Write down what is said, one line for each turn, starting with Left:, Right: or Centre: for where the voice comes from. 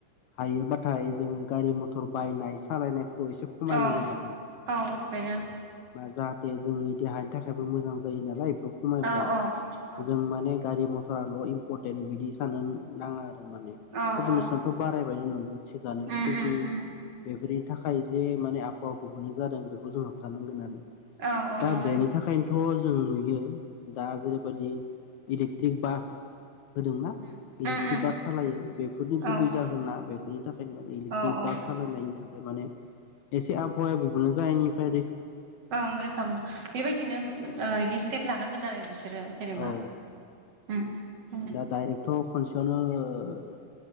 Left: हायोबाथाय जोङो गारि मथर बायनाय सालायनायफोरखौ एसे खमायनांगोन
Right: औ
Left: आरोना।
Right: औ बेनो
Left: जाहाथे जोंनि देहानि थाखायबो मोजां जायो नालाय खमायब्ला
Right: औ औ औ
Left: जों माने गारि मथराल' इमपरटेन्ट बिदि साननो नाङा आरो।
Right: औ
Left: पप्युलेसनथ'
Right: औ
Left: बारायबायनो नंगौ थिगनो
Right: उम
Left: खिन्थु
Right: उम उम
Left: बेफोर थाखाय जे माने आबहावा गुबुनै जादों बेखौ जों हाबथानांगोन आरो।
Right: औ औ
Left: दा
Right: नंगौ
Left: बेनि थाखायनोथ' जों नुयो दा जेरैबायाददि इलेक्ट्रिक बास होदोंना
Right: उम
Left: इलेक्ट्रिक
Right: उम
Left: बास सालायो बेफोरनि गुबै
Right: औ
Left: जाहोना बेफोरनि थाखायनो आरो इलेक्ट्रिक
Right: औ औ
Left: बास सालायनायनि थाखाय माने एसे आबहावाया गुबुनना जायनिफ्राय
Right: ओं रोखा मोनो बेबायदिनो बिदि स्टेप लानांगोन आरो बिसोरो जेनेबा
Left: औ
Right: उम उम
Left: दा डाइरेक्थ' खनसे बियावनो